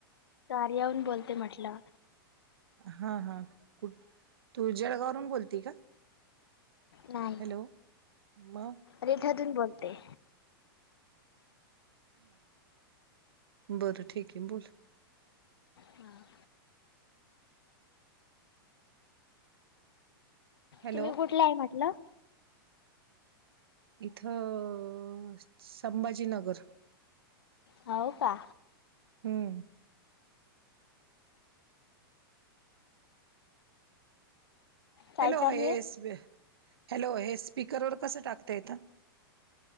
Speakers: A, on the left; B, on the right.
A: कार्यावरून बोलते म्हटलं!
B: हा हा कुठ तू जळगाव वरून बोलते का!
A: नाही
B: हॅलो मग
A: रिठातून बोलते.
B: बरं ठीक आहे. बोल
A: हम
B: हॅलो
A: तुम्ही कुठला आहे. म्हटलं
B: इथं संभाजीनगर
A: हो का.
B: हम्म
A: काय
B: हॅलो
A: चालू
B: हेस
A: आहे
B: हॅलो हे स्पीकरवर कसं टाकत येत.